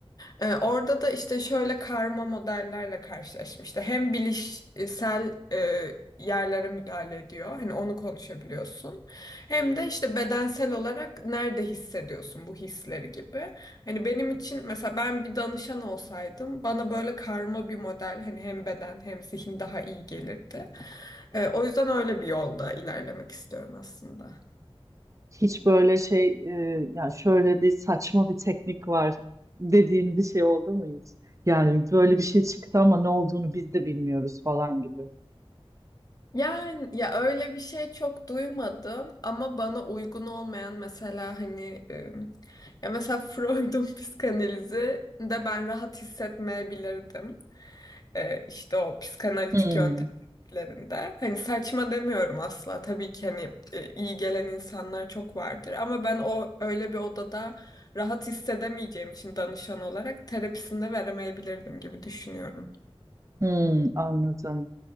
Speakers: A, on the left; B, on the right.
A: Ee, orada da işte şöyle karma modellerle karşılaşmıştı. Hem bilişsel e, yerlere müdahale ediyor. Hani onu konuşabiliyorsun. Hem de işte bedensel olarak nerede hissediyorsun bu hisleri gibi. Hani benim için mesela ben bir danışan olsaydım bana böyle karma bir model hani hem beden hem zihin daha iyi gelirdi. Ee, o yüzden öyle bir yolda ilerlemek istiyorum aslında.
B: Hiç böyle şey e, yani şöyle bir saçma bir teknik var dediğin bir şey oldu mu hiç? Yani böyle bir şey çıktı ama ne olduğunu biz de bilmiyoruz falan gibi.
A: Yani ya öyle bir şey çok duymadım ama bana uygun olmayan mesela hani e, ya mesela Freud'un <laughs> psikanalizi de ben rahat hissetmeyebilirdim. E, işte o psikanalitik
B: Hmm,
A: yöntemlerinde. Hani saçma demiyorum asla. Tabii ki hani e, iyi gelen insanlar çok vardır ama ben o öyle bir odada rahat hissedemeyeceğim için danışan olarak terapisinde veremeyebilirdim gibi düşünüyorum.
B: hmm, anladım.